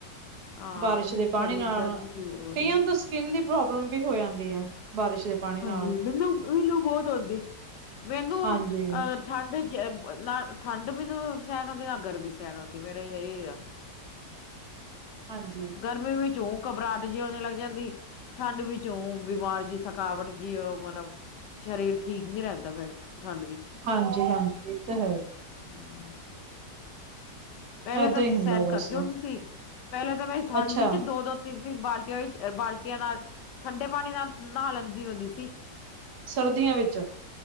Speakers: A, on the left; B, on the right.
A: ਹਾਂ
B: ਬਾਰਿਸ਼
A: ਉਹੀ
B: ਦੇ
A: ਨਾ
B: ਪਾਣੀ
A: ਸਰੀਰ
B: ਨਾਲ
A: ਜਦ ਵੀ ਠੀਕ ਵਧੀਆ
B: ਕਈਆਂ ਨੂੰ ਤਾਂ। ਸਕਿੰਨ ਦੀ ਪ੍ਰੋਬਲਮ ਵੀ ਹੋ ਜਾਂਦੀ ਆ, ਬਾਰਿਸ਼ ਦੇ। ਪਾਣੀ
A: ਹਾਂਜੀ,
B: ਨਾਲ
A: ਮੈਨੂੰ-ਮੈਨੂੰ ਬਹੁਤ ਹੁੰਦੀ ਮੈਨੂੰ
B: ਹਾਂਜੀ,
A: ਅਹ। ਠੰਡ ਜ ਨਾ ਠੰਡ ਮੈਨੂੰ ਸਹਿਣ ਹੁੰਦੀ, ਨਾ ਗਰਮੀ ਸਹਿਣ ਹੁੰਦੀ, ਮੇਰੇ ਇਹ ਆ।
B: ਹਾਂਜੀ।
A: ਗਰਮੀ ਵਿੱਚ ਔ ਘਬਰਾਹਟ ਜੀ ਹੋਣੇ ਲੱਗ ਜਾਂਦੀ ਠੰਡ ਵਿੱਚ ਓ ਬਿਮਾਰ ਜੀ ਥੱਕ ਥਕਾਵਟ ਜੀ ਉਹ ਮਤਲਬ ਸਰੀਰ ਠੀਕ ਨਹੀਂ ਰਹਿੰਦਾ ਫੇਰ। ਠੰਡ ਵਿੱਚ
B: ਹਾਂਜੀ-ਹਾਂਜੀ ਇਹ ਤੇ ਹੈ।
A: ਹਾਂ। ਪਹਿਲਾਂ
B: ਏਦਾਂ
A: ਤਾਂ
B: ਹੀ
A: ਅਸੀ
B: ਹੁੰਦਾ
A: ਸਹਿਣ ਕਰਦੇ
B: ਬਸ
A: ਹੁੰਦੇ ਸੀ ਪਹਿਲਾਂ ਤਾਂ ਮੈਂ ਠੰਡ
B: ਅੱਛਾ
A: ਵਿੱਚ ਦੋ-ਦੋ ਤਿੰਨ-ਤਿੰਨ ਬਾਲਟੀਆਂ ਵੀ, ਬਾਲਟੀਆਂ ਨਾਲ ਠੰਡੇ ਪਾਣੀ ਨਾਲ ਨਹਾ ਲੈਂਦੀ ਹੁੰਦੀ ਸੀ।
B: ਸਰਦੀਆਂ ਵਿੱਚ?